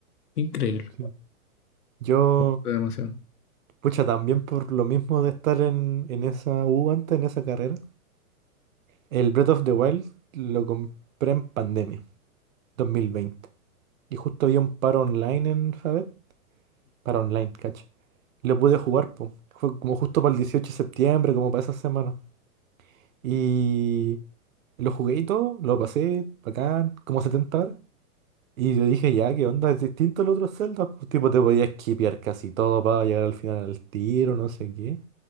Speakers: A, on the left; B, on the right.
A: Increíble.
B: sí. Yo,
A: Me gustó demasiado.
B: pucha, también por lo mismo de estar en, en esa U antes, en esa carrera, el Breath of the Wild lo compré en pandemia, 2020. Y justo había un paro online en Fabet para online, cacho. Y lo pude jugar, po. Fue como justo para el 18 de septiembre, como para esa semana. Y lo jugué y todo, lo pasé, bacán, como 70 horas. Y yo dije, ya, ¿qué onda? Es distinto al otro Zelda. Pues, tipo, te podías skipear casi todo para llegar al final al tiro, no sé qué.